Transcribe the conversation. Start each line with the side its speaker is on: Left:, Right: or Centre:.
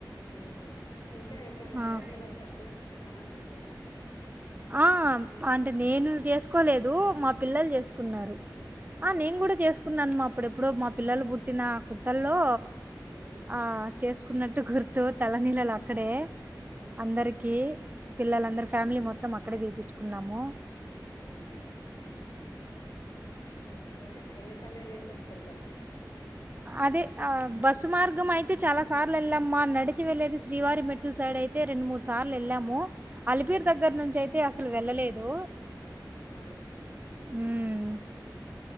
Left: మ్మ్ ఇంకా ఎప్పుడైనా తలనీలాలూ
Right: ఆ!
Left: సర్పించు సమర్పించుకున్నవా
Right: ఆ అంటే నేను చేసుకోలేదు మా పిల్లలు చేసుకున్నారు ఆ
Left: అవునా
Right: నేను కూడా చేసుకున్నాను మా అప్పుడెప్పుడో మా పిల్లలు పుట్టిన కోత్తల్లో
Left: మ్మ్
Right: ఆ చేసుకున ట్టు గుర్తు తలనీలాలు అక్కడే
Left: మ్మ్
Right: అందరికీ పిల్లలందరూ
Left: మ్మ్
Right: ఫ్యామిలీ మొ అక్కడే దిపించుకున్నాము
Left: మ్ మ్ ఇంక ఎన్ని సార్లు ఏలిన్రా తిరుపతికి
Right: అదే ఆ బస్సు మార్గం అయితే చాలా సార్లు యెళ్ళామ్ మా, నడిచి వెళ్ళేది శ్రీవారి మెట్లు సైడ్ అయితే రెండు మూడు సార్లు యెళ్ళాము. అలిపిరి
Left: మ్మ్
Right: దగ్గర నుంచి అయితే అస్ అసలు వెళ్ళలేదు
Left: ఆ
Right: మ్